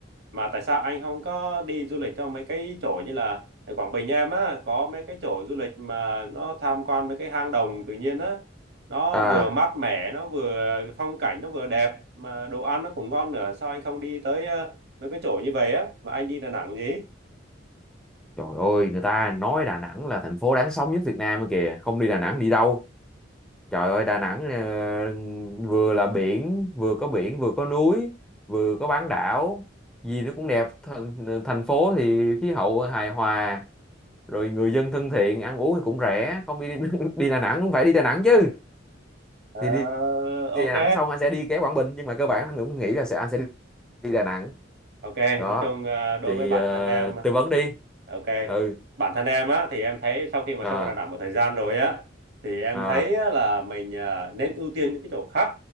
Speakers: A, on the right; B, in the centre.
A: mà tại sao anh không có đi du lịch cho mấy cái chỗ như là ở Quảng Bình em á có mấy cái chỗ du lịch mà nó tham quan mấy cái hang động tự nhiên á nó
B: à
A: vừa mát mẻ nó vừa phong cảnh nó vừa đẹp mà đồ ăn nó cũng ngon nữa sao anh không đi tới ờ, mấy cái chỗ như vậy á mà anh đi Đà Nẵng gì
B: trời ơi người ta nói Đà Nẵng là thành phố đáng sống nhất Việt Nam ấy kìa không đi Đà Nẵng đi đâu Trời ơi Đà Nẵng ờ, vừa là biển, vừa có biển, vừa có núi, vừa có bán đảo, gì nó cũng đẹp. Thành, thành phố thì khí hậu hài hòa, rồi người dân thân thiện, ăn uống thì cũng rẻ. Không đi <laughs> đi Đà Nẵng cũng phải đi Đà Nẵng chứ.
A: Ờ,
B: Thì đi,
A: ok
B: đi Đà Nẵng xong anh sẽ đi ghé Quảng Bình nhưng mà cơ bản anh cũng nghĩ là sẽ anh sẽ đi, đi Đà Nẵng.
A: Ok,
B: Đó.
A: nói chung ờ, đối
B: Thì
A: với bản
B: ờ,
A: thân em
B: tư vấn đi.
A: Ok.
B: Ừ.
A: Bản thân em á thì em thấy sau khi mà
B: À
A: sống ở Đà Nẵng một thời gian rồi á thì em
B: à
A: thấy á, là mình à, nên ưu tiên những cái chỗ khác